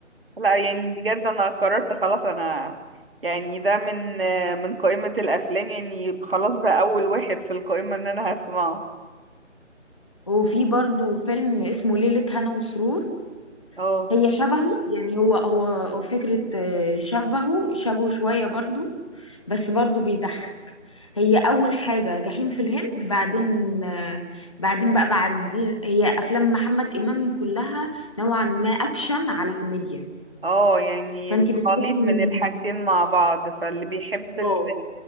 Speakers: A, on the right; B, on the left.
A: لا يعني بجد انا قررت خلاص انا يعني ده من من قائمة الافلام يعني خلاص بقى اول واحد في القائمة ان انا هسمعه
B: <laughs> وفي برضو فيلم اسمه ليلة هنا وسرور
A: اه
B: هي شبهه يعني هو هو هو فكرة آه، شبهه شبهه شوية برضو بس برضو بيضحك هي اول حاجه جحيم في الهند بعدين آه، بعدين بقى بعد هي افلام محمد امام كلها نوعا ما اكشن على كوميديا
A: اه يعني
B: فانت بتحسي
A: خليط
B: إن-
A: من الحاجتين مع بعض فاللي بيحب
B: اه
A: ال-